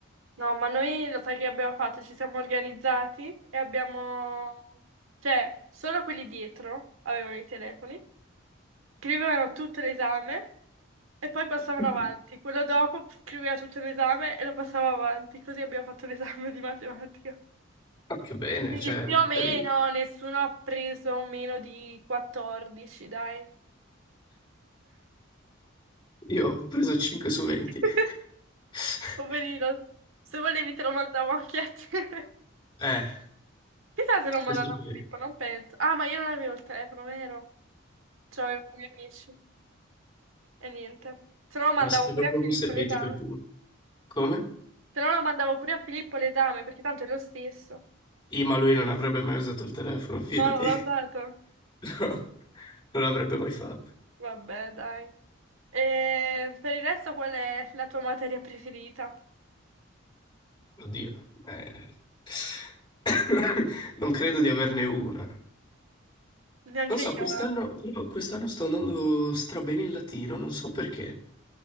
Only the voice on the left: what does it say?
<laughs>
Ma che bene,
cioè,
magari-
io ho preso 5 su 20.
<laughs>
Eh,
se sapevo.
Mi
sarebbero
proprio
serviti
quei punti. Come?
I, ma lui non avrebbe mai usato il telefono, fidati.
<laughs> No, non l'avrebbe mai fatto.
Oddio. eh. <coughs> Non credo di averne una.
Non so,
quest'anno, però quest'anno sto andando strabene in latino, non so perché.